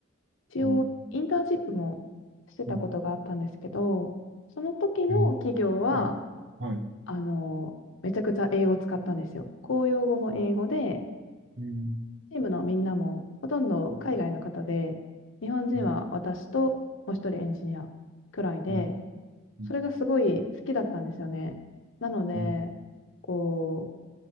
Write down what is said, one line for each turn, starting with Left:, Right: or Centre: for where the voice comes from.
Left: 一応、
Right: うん。
Left: インターンシップもしてたことがあったんですけど、
Right: うん。
Left: その時の企業は、
Right: えーはい。はい。
Left: あの、めちゃくちゃ英語を使ったんですよ。公用語も英語で、
Right: うん。
Left: チームのみんなもほとんど海外の方で、
Right: う
Left: 日本人は私ともう一人エンジニアくらいで、
Right: ん。うん。うん
Left: それがすごい好きだったんですよね。なので、
Right: うん
Left: こ